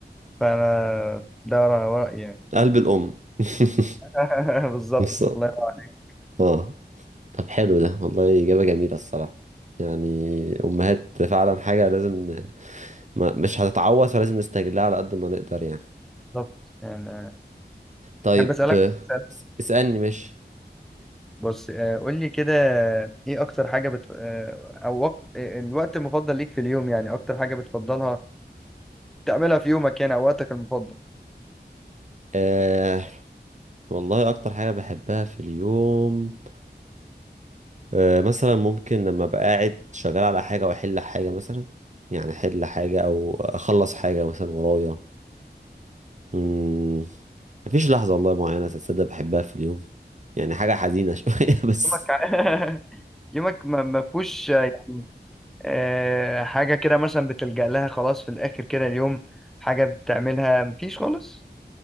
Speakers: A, in the centre; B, on the right.
A: فأنا ده رأيي يعني
B: قلب الام <laughs>
A: <laughs> بالظبط
B: بالظبط.
A: الله ينور
B: اه طب حلو ده والله اجابه جميله الصراحه يعني امهات فعلا حاجه لازم ن- ما مش هتتعوض فلازم نستغلها على قد ما نقدر يعني
A: بالظبط يعني
B: طيب
A: أحب أسألك
B: آه،
A: سؤال.
B: اس- اسالني مش
A: بص آه، قول لي كده إيه أكتر حاجة بت... آه، أو وقت... آه، الوقت المفضل ليك في اليوم يعني أكتر حاجة بتفضلها تعملها في يومك يعني أو وقتك المفضل
B: آه والله اكتر حاجه بحبها في اليوم آه مثلا ممكن لما ابقى قاعد شغال على حاجه واحل حاجه مثلا يعني احل حاجه او اخلص حاجه مثلا ورايا مم. مفيش لحظة والله معينة تصدق بحبها في اليوم يعني حاجة حزينة <laughs> شوية بس
A: يومك <laughs> ع- يومك ما ما فيهوش آه، يعني آه، حاجة كده مثلا بتلجأ لها خلاص في الآخر كده اليوم حاجة بتعملها مفيش خالص؟